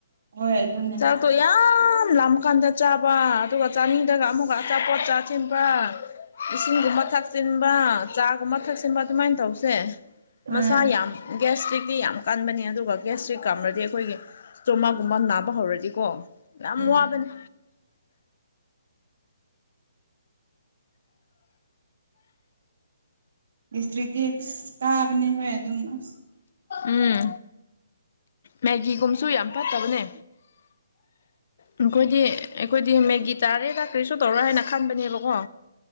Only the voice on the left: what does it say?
ꯆꯠ ꯇꯣ ꯌꯥ ꯌꯥꯝ ꯂꯥ ꯀꯥꯟꯗ ꯆꯥꯕ ꯑꯗꯨꯒ ꯆꯥꯅꯤꯡꯗꯒ ꯑꯃꯨꯛꯀ ꯑꯆꯥꯄꯣꯠ ꯆꯥꯁꯤꯤꯟꯕ ꯏꯁꯤꯡꯒꯨꯝꯕ ꯊꯛꯆꯤꯟꯕ ꯆꯥꯒꯨꯝꯕ ꯊꯛꯆ ꯑꯁꯤꯟꯕ ꯑꯗꯨꯃꯥꯏꯅ ꯇꯧꯁꯦ
ꯃꯁꯥ ꯌꯥꯝ ꯒ꯭ꯁꯇ꯭ꯔꯤꯛꯇꯛꯇꯤ ꯌꯥꯝ ꯀꯟꯕꯅꯤ ꯑꯗꯨꯒ ꯒꯁꯇ꯭ꯔꯤꯛ ꯀꯥꯝꯔꯗꯤ ꯑꯩꯈꯣꯏꯒꯤ ꯏꯁꯇꯣꯃꯥꯒꯨꯝꯕ ꯅꯥꯕ ꯍꯧꯔꯗꯤꯀꯣ ꯌꯥꯝ
ꯋꯥꯕꯅꯦ
ꯎꯝ ꯃꯦꯒꯤꯒꯨꯝꯁꯨ ꯌꯥꯝ ꯐꯠꯇꯕꯅꯦ ꯑꯩꯈꯣꯏꯗꯤ ꯑꯩꯈꯣꯏꯗꯤ ꯃꯦꯒꯤ ꯇꯥꯔꯦꯗꯥꯛ ꯀꯔꯤꯁꯨ ꯇꯧꯔ ꯍꯥꯏꯅ ꯈꯟꯕꯅꯦꯕꯀꯣ